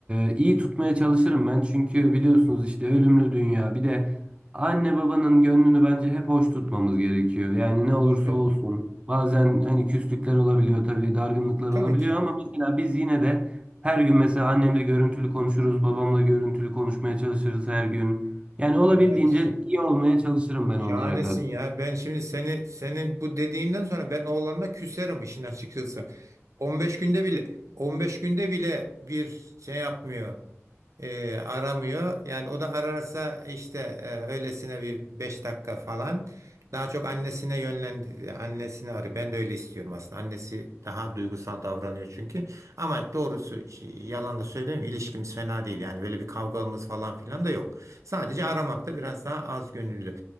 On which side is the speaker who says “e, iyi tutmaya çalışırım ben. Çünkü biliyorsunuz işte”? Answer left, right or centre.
Right